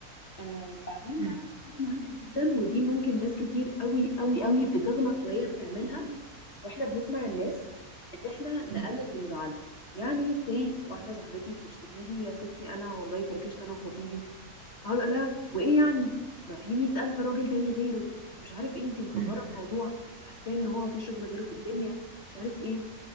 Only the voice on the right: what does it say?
امم
امم
امم